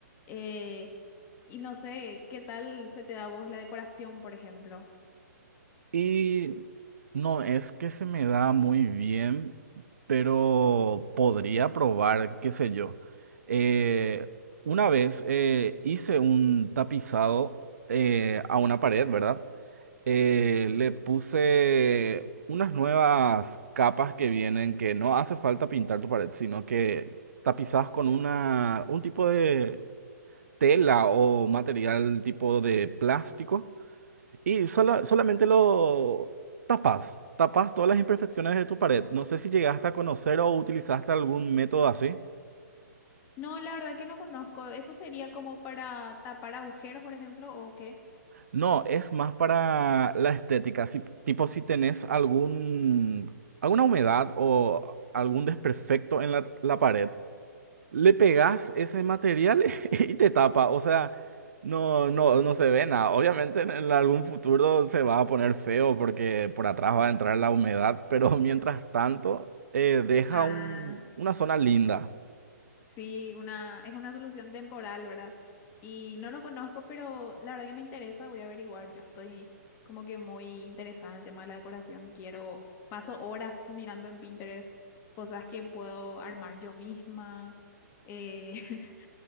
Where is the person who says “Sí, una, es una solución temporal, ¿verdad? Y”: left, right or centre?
Left